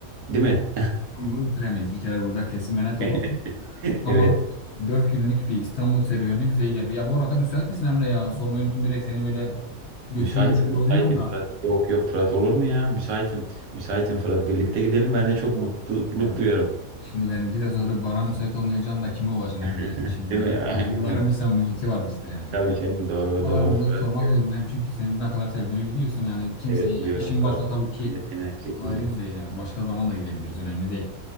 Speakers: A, on the right (about 80°); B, on the left (about 60°).
A: Değil mi?
B: İstanbul'u bitiremeyiz. Bir kere burada kesin ve net
A: <laughs>
B: olalım. Ama
A: Evet.
B: dört günlük bir İstanbul serüveni bize iyi gelir. Ya bu arada müsait misin Emre ya? Sormayı unuttum direkt seni böyle götürüyormuş
A: Müsaitim,
B: gibi
A: müsaitim
B: oluyorum da.
A: Fırat. Yok yok Fırat olur mu ya? Müsaitim. Müsaitim Fırat. Birlikte gidelim. Ben de çok mutluluk
B: Ya
A: duyarım.
B: Şimdi benimki de soru bana müsait olmayacağım da kime olacaksın
A: <laughs>
B: Emre yani. Şimdi
A: Değil
B: yıll-
A: mi? Aynen.
B: yılların bir samimiyeti var bizde yani.
A: Tabii canım doğru
B: Ama
A: doğru
B: ben bunu
A: Fırat
B: sormak
A: ya.
B: zorundayım çünkü senin ne kadar sevdiğimi biliyorsun. Yani kimseyi
A: Evet biliyorum
B: yani işin
A: Fırat.
B: varsa tabii ki
A: Ben de seni aynı şekilde.
B: ayrı düzeyde yani. Başka zaman da gidebiliriz. Önemli değil.